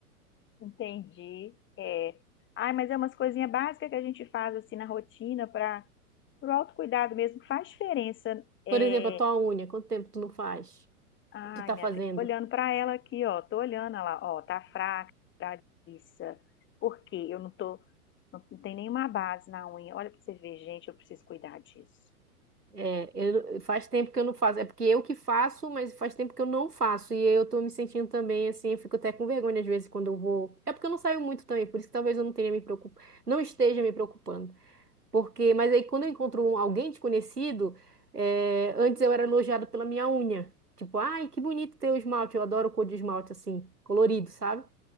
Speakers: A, on the left (about 25°); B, on the right (about 85°).
A: Entendi. É. Ai, mas é umas coisinhas básicas que a gente faz assim na rotina para Pro autocuidado mesmo que faz diferença. É...
B: Por exemplo, a tua unha, quanto tempo tu não faz?
A: Ai,
B: Tu tá
A: minha
B: fazendo?
A: filha, tô olhando para ela aqui, ó. Tô olhando ela, ó, tá fraca, tá liça. Por quê? Eu não tô. Não, não tem nenhuma base na unha. Olha pra você ver, gente, eu preciso cuidar disso.
B: É, eu, faz tempo que eu não faço. É porque eu que faço, mas faz tempo que eu não faço. E eu tô me sentindo também assim, eu fico até com vergonha às vezes quando eu vou. É porque eu não saio muito também, por isso que talvez eu não tenha me preocup... não esteja me preocupando. Porque, mas aí quando eu encontro um- alguém desconhecido, é, antes eu era elogiado pela minha unha. Tipo, ai, que bonito teu esmalte, eu adoro cor de esmalte assim, colorido, sabe?